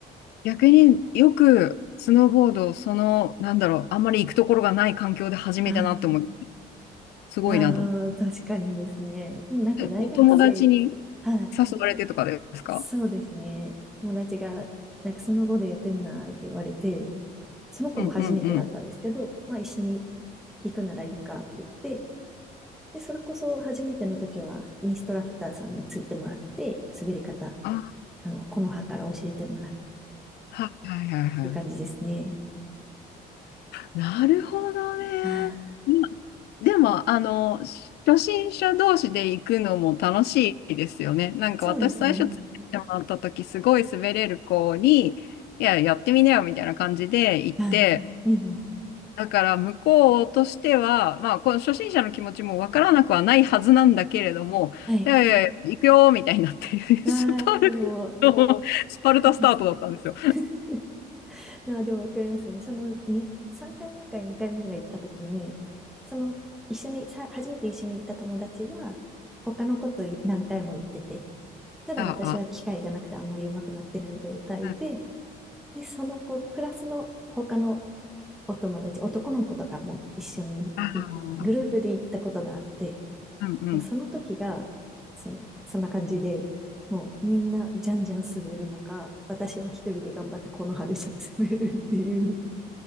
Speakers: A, on the left; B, in the centre.
A: 逆によくスノーボードその、なんだろう、あんまり行くところがない環境で初めてなって思う。
B: あ
A: すごいなと思
B: あー、確かにですね。でもなんか大学生、
A: う。お友達に
B: はい、
A: 誘われてとかですか
B: そうですね。友達が、なんかスノーボードやってみないって言われて、その子も初めてだったんですけど、
A: うんうんうん。
B: まあ一緒に行くならいいかって言って、で、それこそ初めての時はインストラクターさんについてもらって、滑り方、
A: あ、
B: あの、木の葉から教えてもらって、
A: はいはいはいはい。
B: っていう感じですね。
A: なるほどね。
B: <laughs>
A: 今でも、あの、初心者同士で行くのも楽しいですよね。なんか私最初ついてってもらった時、
B: そうですね。
A: すごい滑れる子に、いや、やってみなよみたいな感じで行って、
B: はい。うんうん。
A: だから向こうとしては、まあ、この初心者の気持ちもわからなくはないはずなんだけれども、
B: はい。
A: いやいやいや、行くよみたいになって、<laughs>
B: ああ、
A: スパル
B: でも、わか
A: タの、スパルタスタートだったんですよ。
B: ります。<laughs> ああ、でもわかりますね。そのに3回目か4回目ぐらい行った時に、その一緒に、さ、初めて一緒に行った友達は、他の子と何回も行ってて、ただ私は機会がなくてあんまり上手くなってない状態で、
A: ああ、うん
B: で、その子、プラスの他のお友達、男の子とかも一緒にいグループで行ったことがあって、
A: ああ、うんうん。
B: まあ、その時が、その、そんな感じで、もうみんなじゃんじゃん滑る中、私は一人で頑張ってこの葉で滑るっていう